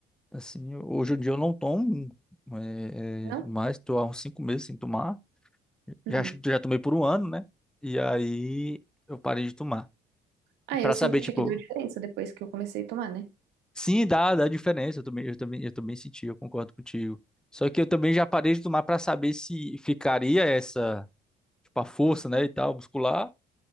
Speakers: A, in the centre; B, on the right.
A: Assim, hoje em dia eu não tomo é,
B: Não?
A: é, mais, estou há uns cinco meses sem tomar.
B: Uhum.
A: Já, acho que já tomei por um ano, né? E aí eu parei de tomar.
B: Ah,
A: Pra
B: eu senti
A: saber, tipo,
B: que deu diferença depois que eu comecei a tomar, né?
A: sim, dá, dá diferença. Eu também, eu também, eu também senti, eu concordo contigo. Só que eu também já parei de tomar pra saber se ficaria essa, tipo, a força, né, e tal, muscular,